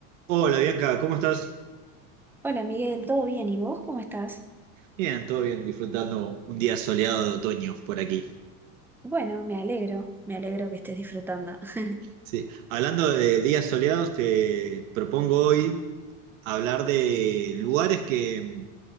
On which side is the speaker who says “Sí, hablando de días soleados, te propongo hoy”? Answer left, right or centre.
Right